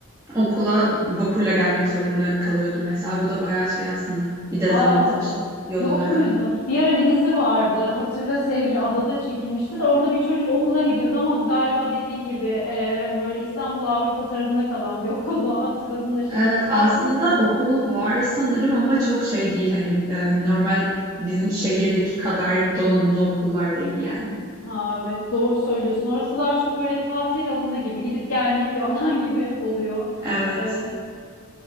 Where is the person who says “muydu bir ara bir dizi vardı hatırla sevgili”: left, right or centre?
Left